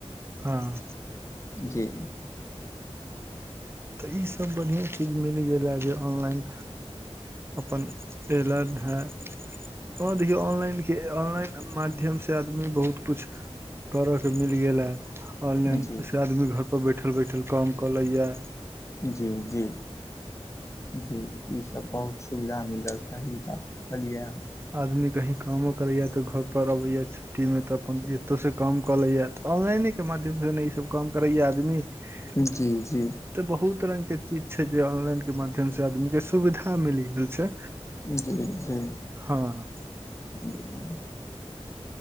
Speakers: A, on the right; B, on the left.
A: हॉं।
B: जी।
A: तऽ ई सब बढ़ियां चीज मिल गेले जे ऑनलाइन अपन एलै है, तऽ देखियौ ऑनलाइन के ऑनलाइन माध्यम से आदमी बहुत कुछ करे के मिल गेल है। ऑनलाइनसँ
B: जी जी
A: आदमी घर पर बैठल- बैठल काम कऽ लैए।
B: जी- जी। जी ई सब बहुत सुविधा मिलल, सही बात कहलियै हे आहां।
A: आदमी कही कामो करेया तऽ घर पर अबे या छुट्टी में तऽ अपन एतऽसँ काम कऽलैया, ऑनलाइनेके माध्यमसँ ने ई सब काम करैए आदमी। तऽ
B: जी जी
A: बहुत रंग के चीज छै जे, ऑनलाइन के माध्यम से आदमी के सुविधा मिल गेल छै।
B: जी -जी।
A: हँ।
B: ह